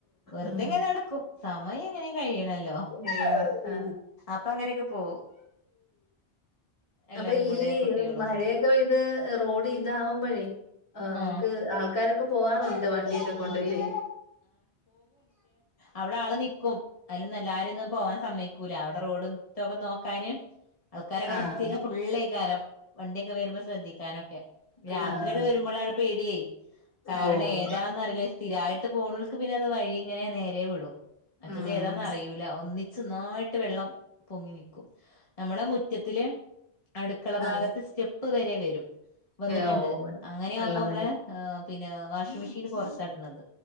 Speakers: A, on the left (about 30°); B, on the left (about 65°).
A: വെറുതെയിങ്ങനെ
B: ഉം
A: നടക്കും സമയം എങ്ങനേം കഴിയണല്ലോ
B: നെയ് മാസാ
A: അപ്പങ്ങനെയൊക്ക പോവും എല്ലാരും
B: അപ്പൊ
A: കൂടെ
B: ഈ
A: കുട്ടികളും
B: മഴയൊക്ക പെയ്ത് റോഡ് ഇതാവുമ്പയ് ആ അമുക്ക്
A: ആഹ്
B: ആൾക്കാരൊക്ക പോവാറൊണ്ട് വണ്ടിനെ കൊണ്ടല്ലേ
A: അവിടാള് നിക്കും അയിലൊന്നെല്ലാരെയൊന്നും പോവാൻ സമ്മയ്ക്കൂല അവടെ റോഡും തൊക്കെ നോക്കാന് ആൾക്കാരൊക്കവടെ
B: ആഹ്
A: സ്ഥിരം ഫുള്ളേക്കാരം വണ്ടിയൊക്കെ വരുമ്പ ശ്രദ്ധിക് ക്കാനൊക്കെ രാത്രിയൊക്ക
B: ആഹ്
A: വരുമ്പളാണ് പേടിയേ കാരണം
B: ഓഹ്
A: ഏതാന്നറിയില്ല സ്ഥിരായിട്ട് ട്ട് പോണോൽക്ക് പിന്നെ അത് വഴിയിങ്ങനെ നേരേ വിടും മറ്റത്
B: ഉം
A: ഏതാന്നറിയൂല ഒന്നിച്ചൊന്നായിട്ട് വെള്ളം പൊങ്ങി നിക്ക് നമ്മളെ മുറ്റത്തില്. അടുക്കള ഭാഗത്ത്
B: ആഹ്
A: സ്റ്റെപ്പ് വരെ വരും വന്നിട്ടുണ്ട്
B: ഓഹ്
A: അങ്ങനെ
B: വെള്ളം
A: ആകുമ്പോ നമ്മളെ
B: വരും
A: ഹ്‌ പിന്നെ വാഷിംഗ് മെഷീന് പുറത്താട്ടാടണത്.